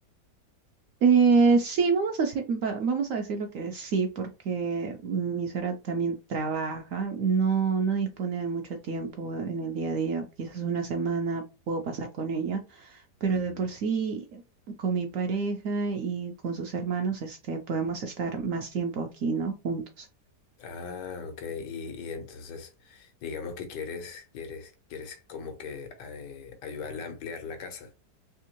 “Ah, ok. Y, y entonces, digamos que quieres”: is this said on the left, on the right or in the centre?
Left